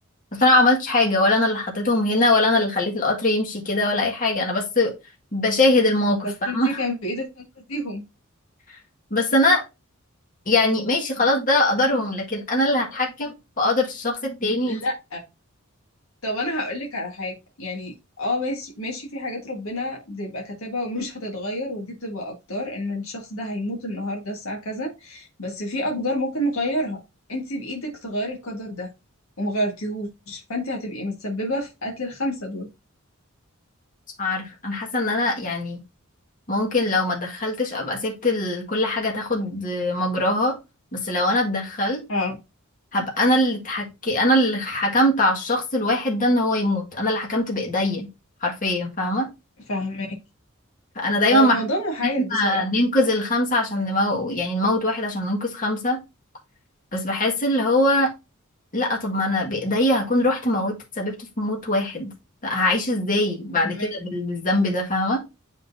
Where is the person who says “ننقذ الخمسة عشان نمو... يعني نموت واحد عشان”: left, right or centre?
Left